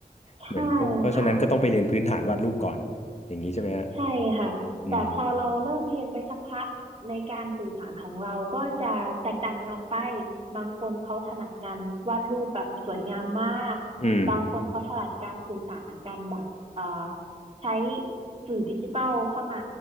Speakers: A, on the right; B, on the left.
A: ใช่
B: เหมือนเพราะเพราะฉะนั้นก็ต้องไปเรียนพื้นฐานวาดรูปก่อนอย่างนี้ใช่ไหมฮะ
A: ค่ะ ใช่ค่ะแต่พอเราเริ่มเรียนไปสักพักในการสื่อสารของเราก็จะแตกต่างกันออกไป
B: อืม
A: บางคนเขาถนัดการวาดรูปแบบสวยงามมาก
B: อืม
A: บางคนเขาถนัดการสื่อสารกันแบบเอ่อใช้สื่อดิจิทัลเข้ามา